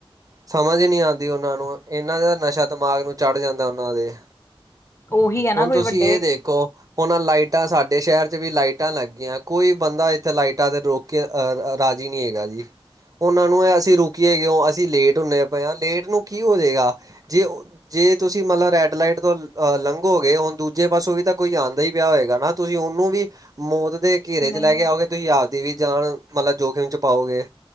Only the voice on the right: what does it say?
ਸਮਝ ਨਹੀਂ ਆਉਂਦੀ ਉਹਨਾਂ ਨੂੰ, ਇਹਨਾਂ ਦਾ ਨਸ਼ਾ ਦਿਮਾਗ ਨੂੰ ਚੜ ਜਾਂਦਾ ਉਹਨਾਂ ਦੇ।
ਹੁਣ
ਤੁਸੀਂ
ਇਹ ਦੇਖੋ। ਉਹਨਾਂ ਲਾਈਟਾਂ ਸਾਡੇ ਸ਼ਹਿਰ 'ਚ ਵੀ ਲਾਈਟਾਂ ਲੱਗੀਆਂ, ਕੋਈ ਬੰਦਾ ਇੱਥੇ ਲਾਈਟਾਂ ਤੇ ਰੋਕ ਕੇ। ਅਹ ਰਾਜੀ ਨਹੀਂ ਹੈਗਾ ਜੀ। ਉਹਨਾਂ ਨੂੰ ਹੈ ਅਸੀਂ ਰੋਕੀਏ ਕਿਉਂ, ਅਸੀਂ ਲੇਟ ਹੁੰਦੇ ਪਏ ਹ ਲੇਟ ਨੂੰ ਕੀ ਹੋ ਜਾਏਗਾ, ਜੇ। ਜੇ ਤੁਸੀਂ ਮਤਲਬ ਰੈਡ ਲਾਈਟ ਤੋਂ ਲੰਘੋਗੇ, ਹੁਣ ਦੂਜੇ ਪਾਸੋਂ ਵੀ ਤਾਂ ਕੋਈ ਆਉਂਦਾ ਹੀ ਪਿਆ ਹੋਏਗਾ ਨਾ। ਤੁਸੀਂ ਉਹਨੂੰ ਵੀ ਮੌਤ ਦੇ। ਘੇਰੇ'
ਚ ਲੈ ਕੇ ਆਓਗੇ, ਤੁਸੀਂ ਆਪਦੀ ਵੀ ਜਾਨ, ਮਤਲਬ ਜੋਖਿਮ 'ਚ ਪਾਓਗੇ।